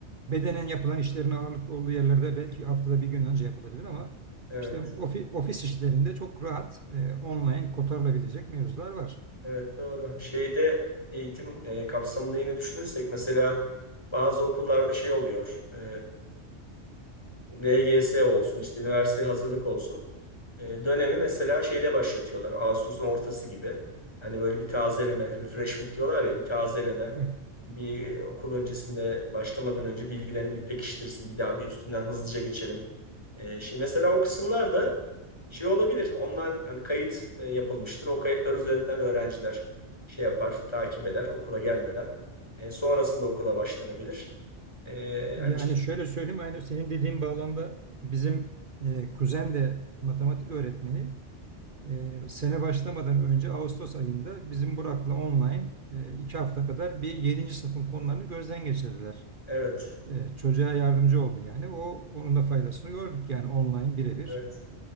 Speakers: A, on the right (about 50°); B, on the left (about 25°).
A: bedenen yapılan işlerin ağırlıklı olduğu yerlerde belki haftada bir gün önce yapılabilir ama
B: Evet.
A: işte ofi- ofis işlerinde çok rahat e, online kotarılabilecek mevzular var.
B: Evet doğru. Şeyde eğitim e, kapsamında yine düşünürsek mesela bazı okullarda şey oluyor. e, VGS olsun, işte üniversiteye hazırlık olsun. E, dönemi mesela şeyde başlatıyorlar. Ağustos'un ortası gibi. Hani böyle bir tazeleme, refreshment diyorlar ya bir tazeleme.
A: Evet.
B: Bir okul öncesinde başlamadan önce bilgilerini bir pekiştirsin. Bir daha bir üstünden hızlıca geçelim. E, şimdi mesela o kısımlarda şey olabilir. Ondan hani kayıt e, yapılmıştır. O kayıtlar üzerinden öğrenciler şey yapar, takip eder okula gelmeden. E, sonrasında okula başlanabilir. E, yani,
A: Yani şöyle söyleyeyim aynı senin dediğin bağlamda bizim e, kuzen de matematik öğretmeni e, sene başlamadan önce Ağustos ayında bizim Burak'la online e, iki hafta kadar bir yedinci sınıfın konularını gözden geçirdiler.
B: evet,
A: E, çocuğa yardımcı oldu yani. O onun da faydasını gördük yani online birebir
B: evet.